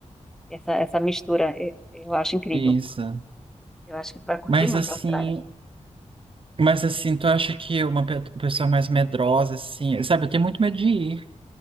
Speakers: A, in the centre; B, on the right.
A: essa, essa mistura, é, eu acho incrível.
B: Isso.
A: Eu acho que tu vai curtir
B: Mas
A: muito
B: assim,
A: a Austrália.
B: mas assim, tu acha que uma pe- pessoa mais medrosa, assim, sabe, eu tenho muito medo de ir